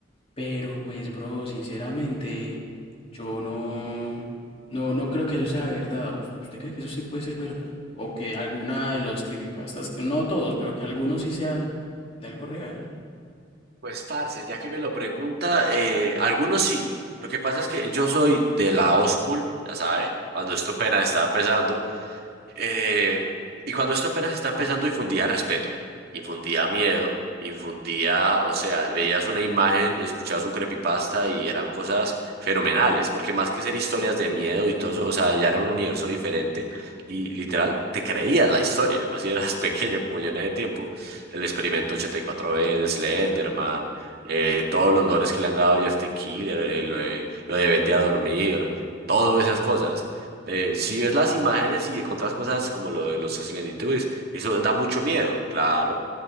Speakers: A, on the left (about 30°); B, on the right (about 55°).
A: Pero pues, bro, sinceramente, yo no, no, no creo que eso sea verdad. ¿Us- ¿Usted cree que eso sí puede ser verdad? O que alguna de los creepypastas, no todos, pero que alguno sí sea de algo real.
B: Pues, parce, ya que me lo pregunta, eh, algunos sí. Lo que pasa es que yo soy de la old school, ya sabe, cuando esto apenas estaba empezando. Eh, y cuando esto apenas está empezando, infundía respeto, infundía miedo, infundía, o sea, veías una imagen, escuchabas un creepypasta y eran cosas fenomenales, porque más que ser historias de miedo y todo eso, o sea, ya era un universo diferente y literal te creías la historia, más si eras <laughs> pequeño como yo en ese tiempo. El experimento ochenta y cuatro b de Slenderman, eh, todos los lores que le han dado a Jeff the Killer, eh, lo de, lo de vete a dormir, todas esas cosas eh, si ves las imágenes y encuentras cosas como lo de los Slendytubbies, eso da mucho miedo, claro.